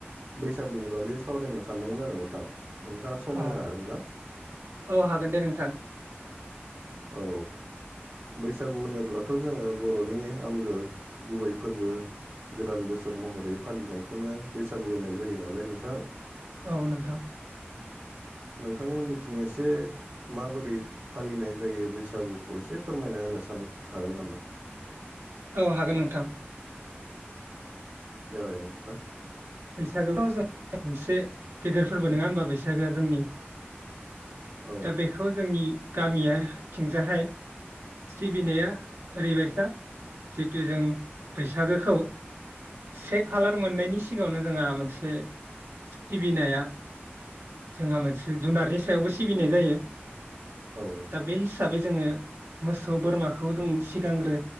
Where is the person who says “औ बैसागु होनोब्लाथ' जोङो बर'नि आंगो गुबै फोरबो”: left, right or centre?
Right